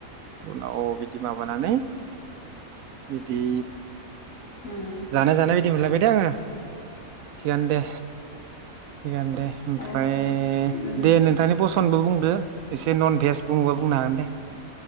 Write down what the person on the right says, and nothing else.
उनाव औ बिदि माबानानै बिदि
जानाय जानाय बायदि मोनलायबाय दे आङो थिगानो दे थिगानो दे ओमफ्राय
दे नोंथांनि बस सनबो बुंदो एसे नन भेज बुंङोबा बुंनो हागोन दे